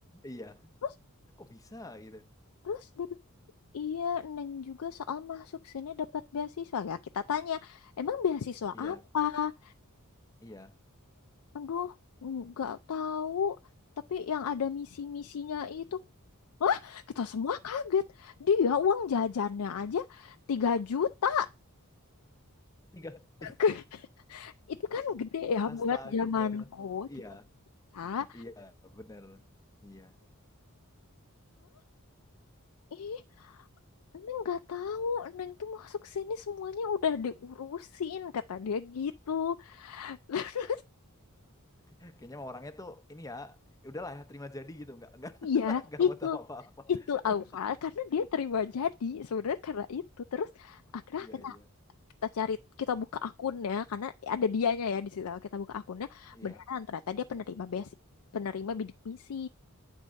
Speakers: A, on the left; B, on the left.
A: Iya.
B: Terus,
A: Kok bisa gitu?
B: terus dia Iya, Neng juga soal masuk sini dapat beasiswa. Ya, kita tanya, emang beasiswa
A: Iya,
B: apa?
A: iya.
B: Aduh, nggak tahu. Tapi yang ada misi-misinya itu. Wah, kita semua kaget. Dia uang jajannya aja 3 juta.
A: Tiga,
B: <laughs>
A: tiga.
B: Itu kan gede ya
A: Astaga.
B: buat zamanku.
A: Iya,
B: tiga juta. Hah?
A: iya, bener. Iya.
B: Ih, Neng nggak tahu. Neng tuh masuk sini semuanya udah diurusin, kata dia gitu. <laughs>
A: Kayaknya mah orangnya tuh ini ya, udahlah ya terima jadi gitu, nggak nggak
B: Iya,
A: <laughs> nggak
B: itu
A: mau tahu apa-apa.
B: itu
A: <laughs>
B: awal karena dia terima jadi sebenarnya karena itu terus akhirnya
A: Iya
B: kita
A: iya
B: kita cari kita buka akunnya karena ada dianya ya di situ kita buka akunnya
A: iya.
B: beneran ternyata dia penerima basic penerima bidik misi